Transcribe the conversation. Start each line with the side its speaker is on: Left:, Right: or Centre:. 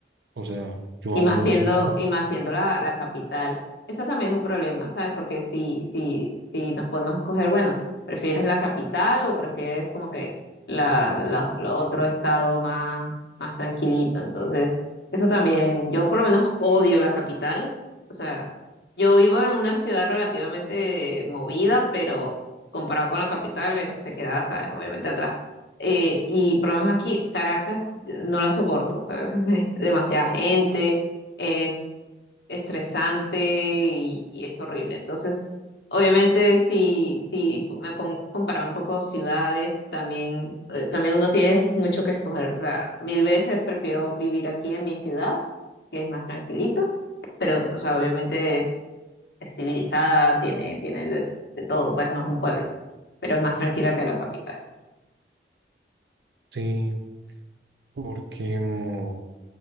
Right: O sea, yo
Left: Y
Right: amo
Left: más siendo,
Right: Bogotá,
Left: y más siendo la, la capital. Eso también es un problema, ¿sabes? Porque si, si, si nos podemos escoger, bueno, ¿prefieres la capital o prefieres como que la, la- la otro estado más, más tranquilito? Entonces, eso también, yo por lo menos odio la capital. O sea, yo vivo en una ciudad relativamente movida, pero comparado con la capital, eh, se queda, ¿sabes? Obviamente atrás. Eh, y por lo menos aquí, Caracas, no la soporto, ¿sabes? <laughs> Demasiada gente es estresante y, y es horrible. Entonces, obviamente, si, si me pongo a comparar un poco ciudades, también, eh, también uno tiene mucho que escoger. O sea, mil veces prefiero vivir aquí en mi ciudad, que es más tranquilito, pero, o sea, obviamente es, es civilizada, tiene, tiene de, de todo, pues no es un pueblo, pero es más tranquila que la capital.
Right: sí, Porque, mm,